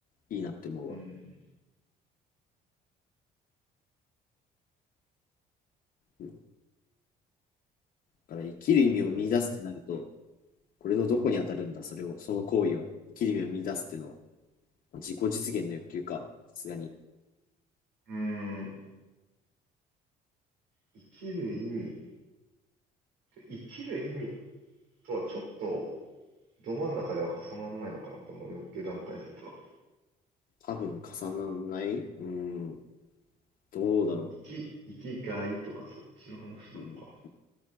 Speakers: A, on the left (about 55°); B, on the right (about 75°).
A: いいなって思うわ。
B: うん、
A: うん、だから生きる意味を見出すってなると、
B: そうだよね。
A: これのどこに当たるんだ、それを、その行為は。生きる意味を見出すっていうのは、自己実現の欲求か。さすがに
B: うん、生きる意味、生きる意味とはちょっと、ど真ん中では重ならないのかな、この欲求段階説は。
A: 多分重ならない。うん、どうだろ
B: 生き、生きがいとかそっちの話なのか。
A: う。